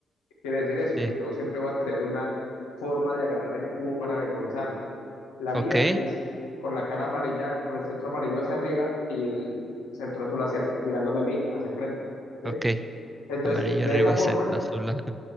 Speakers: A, on the left; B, on the right.
A: Quiere decir eso,
B: Sí.
A: que yo siempre voy a tener una forma de agarrar el cubo para memorizarlo. La
B: Ok.
A: mía es con la cara amarilla, con el centro amarillo hacia arriba y el centro azul hacia, el- mirándome a mí, hacia el frente. ¿sí?
B: Ok.
A: Entonces,
B: Amarillo
A: de
B: arriba,
A: esa forma,
B: ce- azul a-